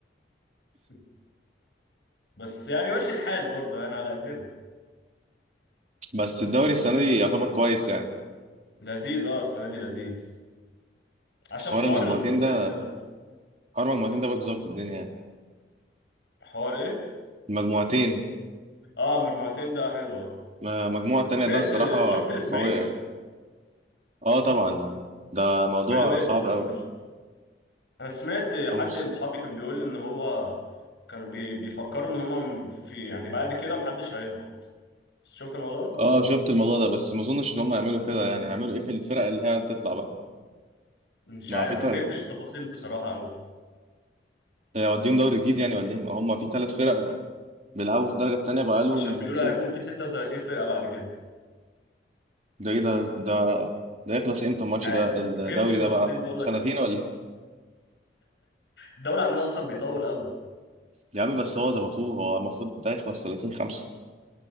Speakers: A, on the left (about 70°); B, on the right (about 40°).
A: <laughs> بس يعني ماشي الحال برضه يعني على قدنا
B: بس الدوري السنه دي يعتبر كويس يعني
A: لذيذ اه السنه دي لذيذ عشان
B: حوار
A: حوار
B: المجموعتين
A: السسبنس
B: ده
A: ده
B: حوار المجموعتين ده برضه ظابط الدنيا يعني
A: حوار ايه
B: المجموعتين
A: اه مجموعتين ده حلو اه
B: ما- المجموعه التانيه
A: سمعت
B: ده الصراحه
A: شفت الاسماعيلي
B: قويه يعني اه طبعا يا عم ده موضوع
A: الاسماعيلي بيهبط
B: صعب
A: يا
B: قوي
A: راجل انا سمعت
B: او
A: حد
B: مش
A: من اصحابي كان بيقول لي ان هو كان بي... بيفكروا ان هم في يعني بعد كده محدش هيهبط شفت الموضوع ده
B: اه شفت الموضوع ده بس ما اظنش ان هم يعملوا كده يعني هيعملوا ايه في الفرق اللي هي هتطلع بقى
A: مش
B: ما
A: عارف
B: في
A: ما
B: فرق
A: فهمتش التفاصيل بصراحة قوي
B: هي وديهم دوري جديد يعني ولا ايه ما هم في ثلاث فرق بيلعبوا في الدرجه الثانيه بقى لهم
A: عشان بيقولوا هيكون في 36 فرقة بعد كده
B: ده ايه ده ده ده يخلص امتى الماتش
A: مش عارف
B: ده الدوري
A: ما فهمتش التفاصيل
B: ده بقى
A: بقول
B: سنتين
A: لك قوي
B: ولا إيه؟
A: الدوري عندنا اصلا بيطول قوي
B: يا عم بس هو ظبطوه هو المفروض ده يخلص 30 5